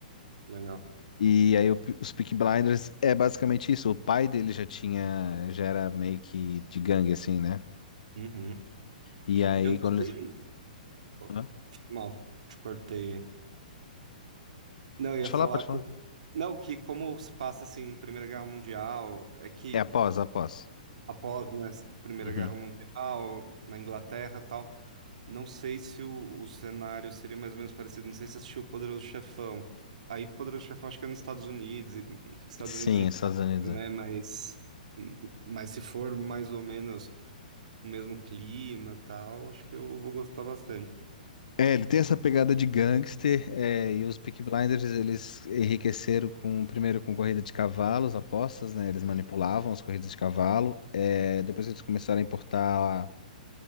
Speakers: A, on the right (about 55°); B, on the left (about 60°).
A: legal.
B: E aí o- os Peaky Blinders é basicamente isso. O pai dele já tinha, já era meio que de gangue assim, né?
A: Uhum.
B: E aí
A: Eu não
B: quando
A: sei.
B: eles,
A: oh,
B: Hã?
A: Mal, te cortei. Não,
B: pode
A: eu ia
B: falar,
A: falar
B: pode
A: que.
B: falar.
A: Não, que como se passa assim, Primeira Guerra Mundial, é que
B: É após, após.
A: após né, a Primeira
B: Uhum.
A: Guerra Mundial, na Inglaterra e tal. Não sei se o, o cenário seria mais ou menos parecido. Não sei se você assistiu o Poderoso Chefão. Aí, Poderoso Chefão, acho que é nos Estados Unidos, e- e- Estados
B: Sim,
A: Unidos e Itália,
B: Estados Unidos.
A: né? Mas, hum, hum, mas se for mais ou menos o mesmo clima e tal, acho que eu vou gostar bastante.
B: É, ele tem essa pegada de gangster, é, e os Peaky Blinders eles enriqueceram com, primeiro com corrida de cavalos, apostas, né? Eles manipulavam as corridas de cavalo. É, depois eles começaram a importar